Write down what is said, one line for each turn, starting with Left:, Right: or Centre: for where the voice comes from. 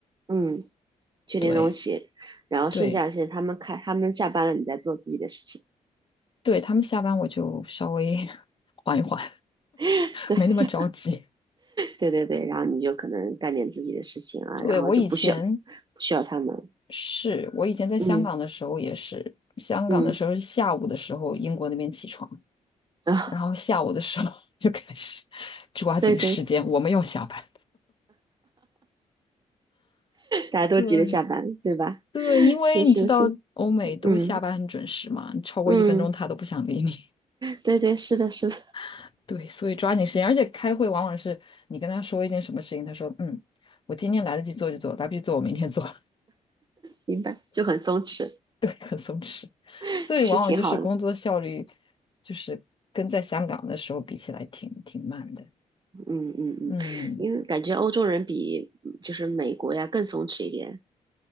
Right: 嗯，确定东西，
Left: 对
Right: 然后剩下的时他们开他们下班了，
Left: 对
Right: 你在做自己的事情。
Left: 对，他们下班我就稍微 <laughs> 缓一缓，
Right: <laughs> 对
Left: 没那么着急。
Right: 对对对，然后你就可能干点自己的事情啊，
Left: 对，
Right: 然后就不需要不需要他们。
Left: 我以前是我以前在香港的时候也是，
Right: 嗯
Left: 香港的时候是下午的时候，
Right: 嗯
Left: 英国那边起床，
Right: 啊，
Left: 然后下午的时候 <laughs> 就开始抓紧时间，
Right: 对对，<laughs>
Left: 我们要下班。
Right: 大家都急着下班，
Left: 对
Right: 对吧？
Left: 对，
Right: <laughs>
Left: 因为你知道欧美都下班很准时嘛，
Right: 是是是，嗯
Left: 你超过一分钟他都不想理你。
Right: 嗯，对对，是的是的，
Left: <laughs> 对，所以抓紧时间，而且开会往往是你跟他说一件什么事情，他说嗯，我今天来得及做就做，来不及做我明天做。<laughs>
Right: 明白，就很松弛，
Left: 对，很松弛，
Right: <laughs>
Left: 所以往往就是工作效率，
Right: 其实挺好的。
Left: 就是跟在香港的时候比起来挺挺慢的。
Right: 嗯嗯嗯，
Left: 嗯，
Right: 因为感觉欧洲人比嗯就是美国呀更松弛一点，